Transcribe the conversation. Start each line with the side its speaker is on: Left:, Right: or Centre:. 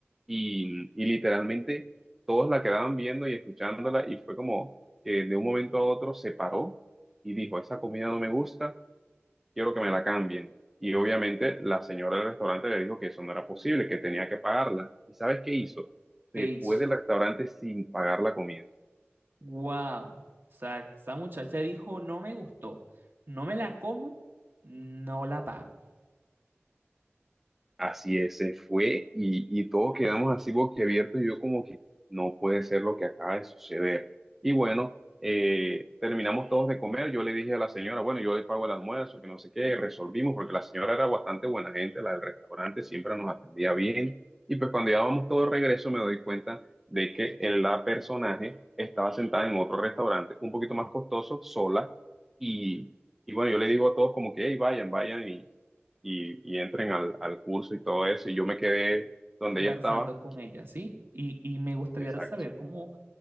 Centre: y, y literalmente todos la quedaban viendo y escuchándola y fue como que de un momento a otro se paró y dijo, esa comida no me gusta quiero que me la cambien. Y obviamente la señora del restaurante le dijo que eso no era posible, que tenía que pagarla. ¿Y sabes qué hizo?
Right: ¿Qué
Centre: Se
Right: hizo?
Centre: fue del restaurante sin pagar la comida.
Right: ¡Wow! O sea, esa muchacha dijo, no me gustó, no me la como, no la pago.
Centre: Así es, se fue y, y todos quedamos así boquiabiertos y yo como que no puede ser lo que acaba de suceder. Y bueno, eh, terminamos todos de comer, yo le dije a la señora, bueno, yo le pago el almuerzo, que no sé qué, resolvimos porque la señora era bastante buena gente, la del restaurante siempre nos atendía bien. Y pues cuando ya vamos todos de regreso me doy cuenta de que el- la personaje estaba sentada en otro restaurante un poquito más costoso, sola, y, y bueno, yo le digo a todos como que, hey, vayan, vayan y, y entren al, al curso y todo eso. Y yo me quedé donde
Right: Conversando
Centre: ella estaba,
Right: con ella, ¿sí? Y, y me gustaría
Centre: exacto.
Right: saber cómo